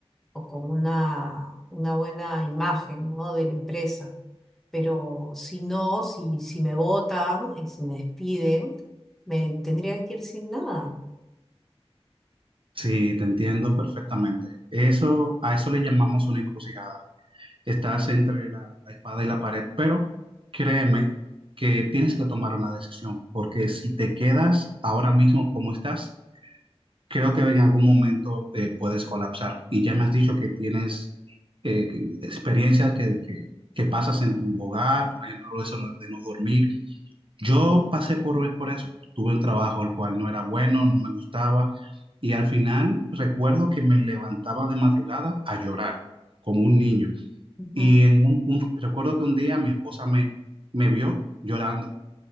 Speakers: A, in the centre; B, on the right.
A: o con una, una buena imagen, ¿no? de la empresa. Pero si no, si, si me votan y si me despiden, me tendría que ir sin nada.
B: Sí, te entiendo perfectamente. Eso, a eso le llamamos una encrucijada. Estás entre la, la espada y la pared, pero créeme que tienes que tomar una decisión, porque si te quedas ahora mismo como estás, creo que en algún momento eh, puedes colapsar. Y ya me has dicho que tienes eh, que- experiencias que, que- que pasas en tu hogar, por ejemplo, eso no- de no dormir. Yo pasé por, por eso. Tuve un trabajo el cual no era bueno, no me gustaba. Y al final recuerdo que me levantaba de madrugada a llorar, como un niño.
A: Ujú,
B: Y en un, un- recuerdo que un día mi esposa me, me vio llorando